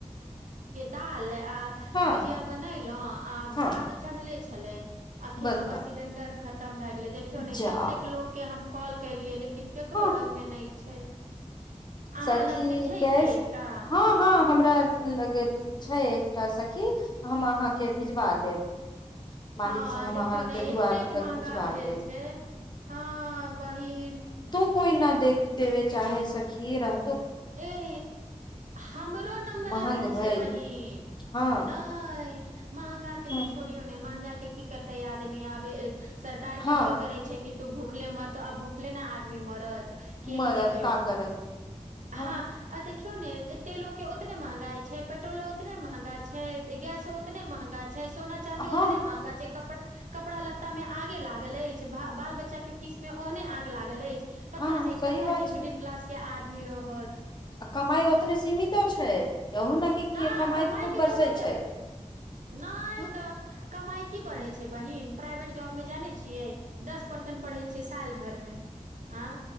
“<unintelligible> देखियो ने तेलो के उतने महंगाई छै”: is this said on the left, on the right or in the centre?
Right